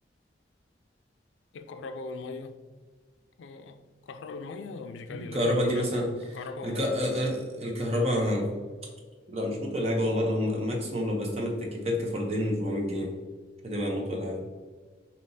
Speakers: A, on the left; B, on the right.
A: الكهرباء والمية آه، الكهرباء والمية مش غالية
B: الكهرباء
A: لكن الكهرباء
B: دي مثلا
A: الكهرباء
B: الك...
A: موت
B: آه، آه، الكهرباء لا مش موت ولا حاجة والله لو ماكسيموم لو بستعمل تكييفات كفردين 400 جنيه هتبقى موت ولا حاجة